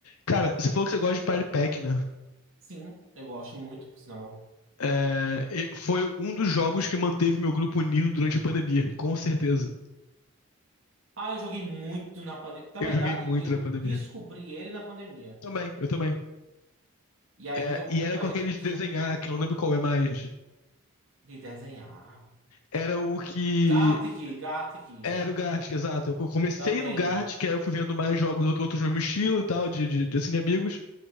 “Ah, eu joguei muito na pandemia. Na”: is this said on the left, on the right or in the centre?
Right